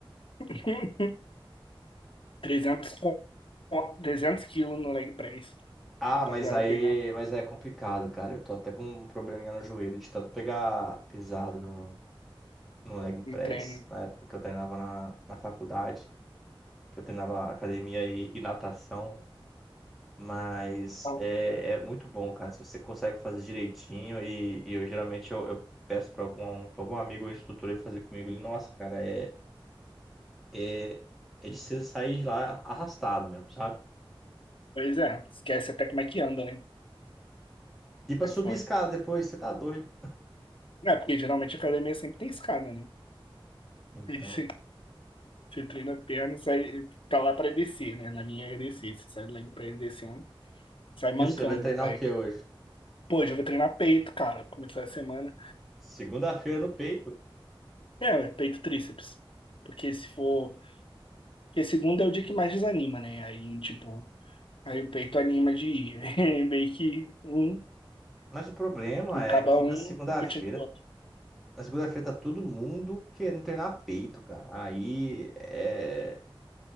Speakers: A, on the left; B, in the centre.
A: <laughs> 300 co- 300 quilos no leg press.
B: Ah,
A: Rapaziada
B: mas aí,
A: pegando
B: mas é complicado, cara. Eu tô até com um probleminha no joelho de tanto pegar pisado no, no leg
A: em
B: press
A: treino.
B: na época que eu treinava na, na faculdade. que eu treinava academia e, e natação, mas
A: Então,
B: é, é muito bom, cara, se você consegue fazer direitinho e, e eu geralmente eu, eu peço para algum, pra algum amigo ou instrutor ele fazer comigo, ele, nossa, cara, é, é, é de você sair de lá arrastado mesmo, sabe?
A: Pois é, esquece até como é que anda, né?
B: E pra
A: É
B: subir
A: foda.
B: escada depois, você tá doido.
A: Não, porque geralmente a academia sempre tem escada, né?
B: Então,
A: <laughs> Você treina a perna, e sai pra lá pra descer, né? Na minha é descer. Você sai do leg press descendo, sai mancando
B: e você vai treinar
A: do leg.
B: o que hoje?
A: Pô, hoje eu vou treinar peito, cara. pra Começar a semana.
B: Segunda-feira no peito.
A: É, ué, peito e tríceps. Porque se for. Porque segunda é o dia que mais desanima, né? Aí, tipo, aí o peito anima de ir. <laughs> Aí Meio que um
B: Mas o problema
A: acaba
B: é que
A: um
B: na segunda-feira,
A: competindo com o outro.
B: na segunda-feira tá todo mundo querendo treinar peito, cara. Aí é